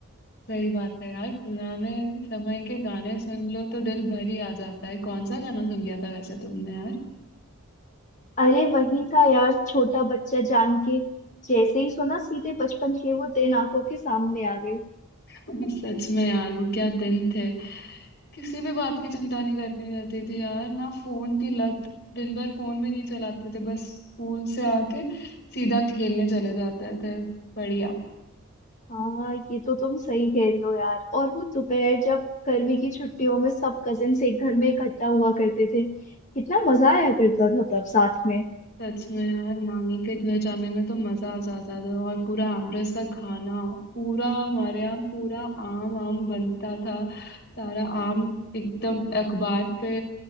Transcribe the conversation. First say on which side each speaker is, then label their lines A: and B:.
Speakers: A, on the left; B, on the left.
A: सही बात है यार पुराने समय के गाने सुन लो तो दिल भर ही आ जाता है कौन सा गाना सुन लिया था वैसे तुमने यार
B: अरे वही था यार छोटा बच्चा जान के जैसे ही सुना सीधे बचपन के वो दिन आंखों के सामने आ गए
A: <laughs> सच में यार वो क्या दिन थे किसी भी बात की चिंता नहीं करनी रहती थी यार ना फोन की लत दिन भर फोन भी नहीं चलाते थे बस स्कूल से आके सीधा खेलने चले जाते थे बढ़िया
B: हाँ ये तो तुम सही कह रही हो यार और वो दोपहर जब गर्मी की छुट्टियों में सब कजिन एक घर में इकट्ठा हुआ करते थे कितना मजा आया करता था तब साथ में
A: सच में यार नानी के घर जाने में तो मजा आ जाता था और पूरा आमरस का खाना पूरा हमारे यहाँ पूरा आम आम बनता था सारा आम एकदम अखबार पे